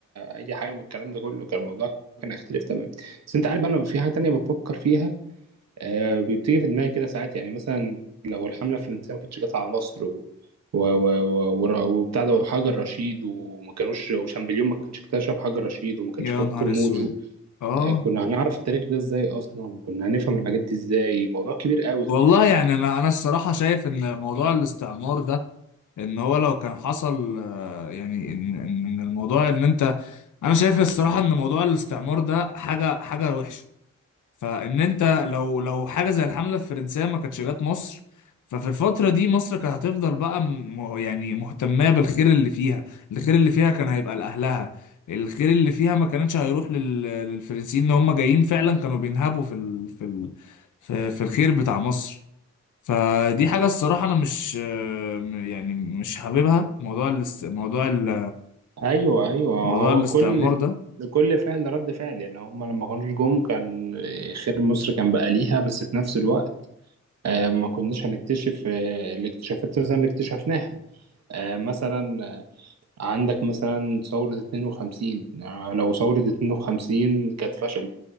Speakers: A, on the right; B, on the left.
A: أي حاجة من الكلام ده كله كان الموضوع كان هيختلف تمام بس أنت عارف أنا في حاجة تانية بفكر فيها آه، بيبتدي في دماغي كده ساعات يعني مثلا لو الحملة الفرنسية ما كانتش جت على مصر و... و... و... و... وبتاع ده وحجر رشيد وما كانوش وشامبليون ما كانش اكتشف حجر رشيد وما كانش
B: يا
A: فاك
B: نهار
A: كرموزه
B: اسود اه
A: آه، كنا هنعرف التاريخ ده ازاي اصلا وكنا هنفهم الحاجات دي ازاي موضوع كبير قوي خلي
B: والله
A: بالك
B: يعني انا انا الصراحه شايف ان موضوع الاستعمار ده ان هو لو كان حصل آه، يعني ان ان إن الموضوع ان انت انا شايف الصراحه ان موضوع الاستعمار ده حاجه حاجه وحشه فان انت لو لو حاجه زي الحمله الفرنسيه ما كانتش جت مصر ففي الفترة دي مصر كانت هتفضل بقى م... يعني مهتمة بالخير اللي فيها، الخير اللي فيها كان هيبقى لأهلها، الخير اللي فيها ما كانش هيروح لل... للفرنسيين ان هم جايين فعلا كانوا بينهبوا في ال... في ال... في في الخير بتاع مصر. فدي حاجة الصراحة أنا مش آه، يعني مش حاببها موضوع الاست... موضوع ال...
A: ايوه ايوه هو
B: موضوع الاستعمار
A: كل
B: ده
A: كل فعل رد فعل يعني هم لما كانوش جم كان آه، خير مصر كان بقى ليها بس في نفس الوقت آه، ما كناش هنكتشف آه، الاكتشافات مثلا اللي اكتشفناها آه، مثلا عندك مثلا ثورة 52 آه، لو ثورة 52 كانت فشلت